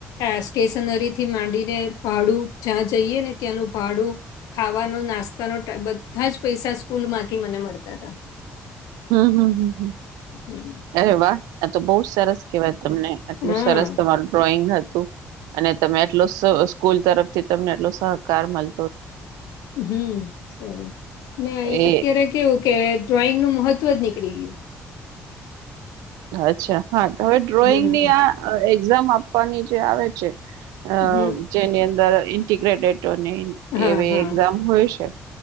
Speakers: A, on the left; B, on the right.
A: આ સ્ટેશનરીથી માંડીને ભાડું જ્યાં જઈએ ને ત્યાંનું ભાડું ખાવાનો નાસ્તાનો બધા જ પૈસા સ્કૂલમાંથી મને મળતા હતા.
B: હમ્મ હમ્મ હમ્મ હમ્મ.
A: હમ્મ.
B: અરે વાહ! આ તો બહુ સરસ કેવાય તમને આટલું
A: હા
B: સરસ તમારું ડ્રોઈંગ હતું. અને તમે એટલો સ સ્કૂલ તરફથી તમને એટલો સહકાર મલ
A: હમ્મ સરસ ને
B: એ
A: અત્યારે કેવું કે ડ્રોઈંગનું મહત્વ જ નીકળી ગયું.
B: અચ્છા હા. હવે ડ્રોઈંગની
A: હમ,
B: આ એક્ઝામ આપવાની જે આવે છે. અ
A: હમ.
B: જેની અંદર ઇન્ટીગ્રેટેટ
A: હા,
B: એવી
A: હા.
B: એક્ઝામ હોય છે.